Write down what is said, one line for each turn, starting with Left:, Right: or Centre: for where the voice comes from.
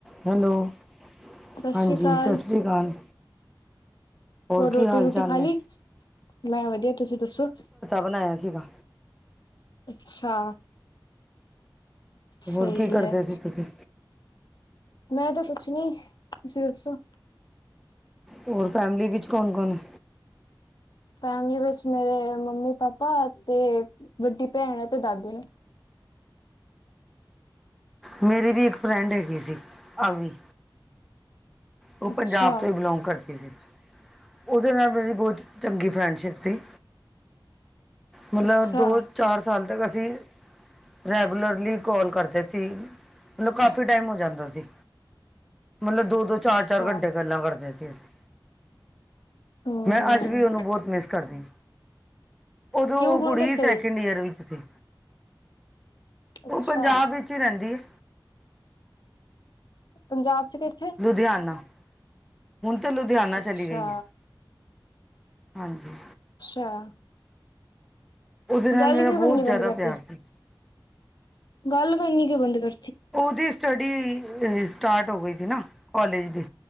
Centre: Hello,
Left: ਸਤਿ
Centre: ਹਾਂਜੀ
Left: ਸ੍ਰੀ ਅਕਾਲ
Centre: ਸਤਿ ਸ਼੍ਰੀ ਅਕਾਲ।
Left: ਹੋਰ
Centre: ਕੀ
Left: ਰੋਟੀ-ਰੂਟੀ
Centre: ਹਾਲ ਚਾਲ
Left: ਖਾਲੀ,
Centre: ਨੇ
Left: ਮੈਂ ਵਧੀਆ ਤੁਸੀਂ ਦੱਸੋ।
Centre: ਫੋਨ ਆਇਆ ਸੀਗਾ।
Left: ਅੱਛਾ। ਸਹੀ
Centre: ਹੋਰ ਕੀ ਕਰਦੇ
Left: ਹੈ,
Centre: ਸੀ ਤੁਸੀਂ
Left: ਮੈਂ ਤੇ ਕੁਛ ਨੀ, ਤੁਸੀਂ ਦੱਸੋ
Centre: ਹੋਰ ਫੈਮਿਲੀ ਵਿੱਚ ਕੌਣ-ਕੌਣ ਹੈ।
Left: ਫੈਮਿਲੀ ਵਿੱਚ ਮੇਰੇ ਮੰਮੀ-ਪਾਪਾ ਤੇ, ਵੱਡੀ ਭੈਣ ਤੇ ਦਾਦੀ ਹੈ।
Centre: ਮੇਰੀ ਵੀ ਇੱਕ ਫਰੈਂਡ ਹੈਗੀ ਸੀ, ਆਵੀ। ਉਹ
Left: ਅੱਛਾ
Centre: ਪੰਜਾਬ ਤੋਂ ਇ ਬਿਲੋਂਗ ਕਰਦੀ ਸੀ, ਉਦੇ ਨਾ ਮੇਰੀ ਬੋਤ ਚੰਗੀ ਫਰੈਂਡਸ਼ਿਪ ਸੀ। ਮਤਲਬ,
Left: ਅੱਛਾ
Centre: ਦੋ-ਚਾਰ ਸਾਲ ਤੱਕ ਅਸੀਂ ਰੈਗੂਲਰਲੀ ਕਾੱਲ ਕਰਦੇ ਸੀ ਮਤਲੱਬ ਕਾਫੀ਼ ਟਾਈਮ ਹੋ ਜਾਂਦਾ ਸੀ, ਮਤਲੱਬ ਦੋ ਚਾਰ-ਚਾਰ
Left: ਅੱਛਾ
Centre: ਘੰਟੇ ਗੱਲਾਂ ਕਰਦੇ ਸੀ ਅਸੀ
Left: ਹਮ
Centre: ਮੈਂ ਅੱਜ ਵੀ ਓਹਨੂੰ ਬੋਤ ਮਿਸ ਕਰਦੀ ਉਦੋਂ
Left: ਕਿਉ
Centre: ਉਹ ਕੁੜੀ
Left: ਹੁਣ ਕਿੱਥੇ
Centre: ਸੈਕਿੰਡ
Left: ਗਈ
Centre: ਈਅਰ ਵਿੱਚ ਸੀ
Left: ਅੱਛਾ
Centre: ਉਹ ਪੰਜਾਬ ਵਿੱਚ ਹੀ ਰੈਂਦੀ ਹੈ।
Left: ਪੰਜਾਬ ਚ ਫੇਰ
Centre: ਲੁਧਿਆਨਾ, ਹੁਨ ਤੇ ਲੁਧਿਆਨਾ
Left: ਅੱਛਾ
Centre: ਚਲੀ ਗਈ ਹੈ। ਹਾਂਜੀ।
Left: ਛਾ,
Centre: ਉਹਦੇ ਨਾਲ
Left: ਗੱਲ
Centre: ਮੇਰਾ
Left: ਕਿਉਂ
Centre: ਬਹੁਤ
Left: ਕਰਨੀ ਬੰਦ
Centre: ਜ਼ਿਆਦਾ
Left: ਕਰਤੀ,
Centre: ਪਿਆਰ ਸੀ
Left: ਗੱਲ ਕਰਨੀ ਕਿਉਂ ਬੰਦ ਕਰ
Centre: ਓ ਦੀ ਸਟਡੀ ਸਟਾਰਟ ਹੋ ਗਈ ਸੀ ਨਾ, ਕੋਲੇਜ ਦੀ,